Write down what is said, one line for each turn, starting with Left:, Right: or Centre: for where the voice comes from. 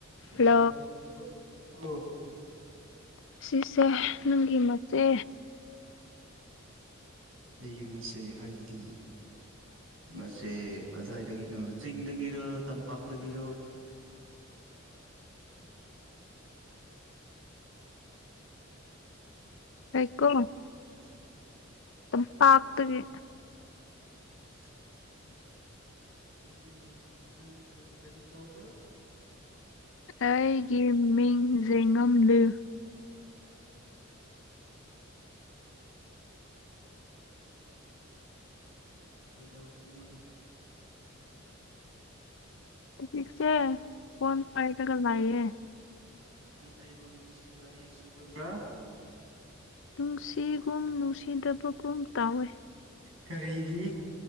Right: ꯀꯥꯅ
Left: ꯍꯜꯂꯣ
Right: ꯑꯣꯏꯕꯤꯕꯅꯣ ꯁꯤꯕꯨ
Left: ꯑꯁꯤꯁꯦ ꯅꯪꯒꯤ ꯃꯆꯦ
Right: ꯑꯩꯒꯤ ꯃꯆꯦ ꯍꯥꯏꯗꯤ ꯃꯁꯦ ꯀꯗꯥꯏꯗꯒꯤꯅꯣ ꯆꯤꯡꯗꯒꯤꯔꯣ ꯇꯝꯄꯥꯛꯇꯒꯤꯔꯣ <inaudible>
Left: ꯑꯩꯀꯣ
Right: <inaudible>
Left: ꯑꯗꯨꯝ ꯄꯥꯥꯛꯇꯒꯤ
Right: <inaudible> <inaudible>
Left: ꯑꯩꯒꯤ ꯃꯤꯡ ꯖꯦꯡꯉꯝꯂꯨ
Right: <inaudible> ꯀꯩꯗꯧꯔꯤꯅꯣ
Left: <inaudible> ꯏꯆꯦ ꯐꯣꯟ ꯄꯥꯏꯔꯒ ꯂꯩꯌꯦ
Right: ꯅꯪ ꯑꯩꯕꯨ ꯅꯨꯡꯁꯤꯕ꯭ꯔꯥ ꯅꯨꯡꯁꯤꯗꯕ꯭ꯔꯥ
Left: ꯅꯨꯡꯁꯤꯒꯨꯝ ꯅꯨꯡꯁꯤꯗꯕꯒꯨꯝ ꯇꯥꯎꯋꯦ
Right: ꯀꯔꯤꯒꯤ